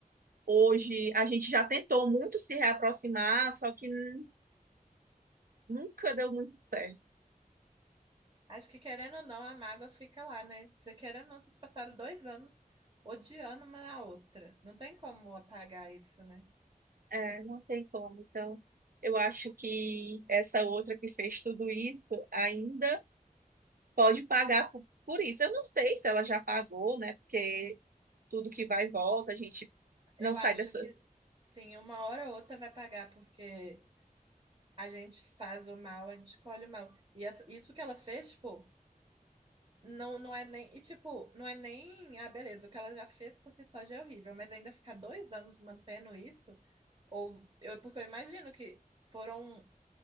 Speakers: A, on the right (about 70°); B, on the right (about 35°).
A: Hoje, a gente já tentou muito se reaproximar, só que n- nunca deu muito certo.
B: Acho que querendo ou não, a mágoa fica lá, né? Você querendo ou não, vocês passaram dois anos odiando uma a outra. Não tem como apagar isso, né?
A: É, não tem como. Então, eu acho que essa outra que fez tudo isso ainda pode pagar por, por isso. Eu não sei se ela já pagou, né? Porque tudo que vai e volta, a gente
B: Eu
A: não sai
B: acho
A: dessa.
B: que sim, uma hora ou outra vai pagar, porque a gente faz o mal, a gente escolhe o mal. E essa- isso que ela fez, tipo. Não, não é nem. E tipo, não é nem. Ah, beleza, o que ela já fez por si só já é horrível, mas ainda ficar dois anos mantendo isso, ou eu, porque eu imagino que foram.